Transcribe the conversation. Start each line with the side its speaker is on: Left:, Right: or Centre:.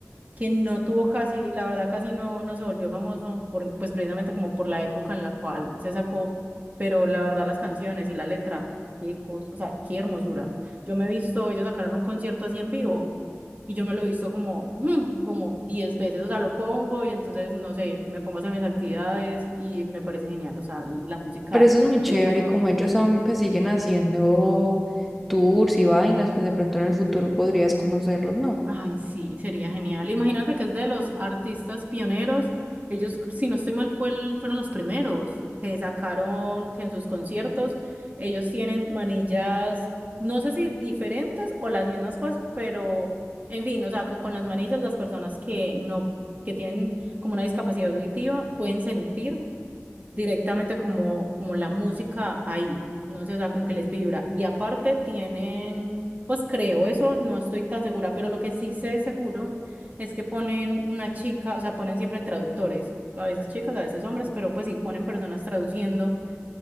Right: que no tuvo casi, la verdad casi no, no se volvió famoso por, pues precisamente como por la época en la cual se sacó, pero la verdad las canciones y la letra, qué cosa, o sea, qué hermosura. Yo me he visto, ellos sacaron un concierto así en vivo y yo me lo he visto como, <laughs> mm, como 10 veces, o sea, lo pongo y entonces, no sé, me pongo a hacer mis actividades y me parece genial, o sea, la música
Centre: Pero eso es muy chévere
Right: que ellos sacaron.
Centre: y como ellos son, pues siguen haciendo tours y vainas, pues de pronto en el futuro podrías conocerlos, ¿no?
Right: Ay, sí, sería genial. Imagínate que es de los artistas pioneros. Ellos, si no estoy mal, fue el- fueron los primeros que sacaron que en sus conciertos. Ellos tienen manillas, no sé si diferentes o las mismas, pues, pero en fin, o sea, co- con, las manillas las personas que no, que tienen como una discapacidad auditiva pueden sentir directamente como, como la música ahí, no sé, o sea, como que les vibra. Y aparte tienen, pues creo eso, no estoy tan segura, pero lo que sí sé seguro es que ponen una chica, o sea, ponen siempre traductores, a veces chicas, a veces hombres, pero pues sí ponen personas traduciendo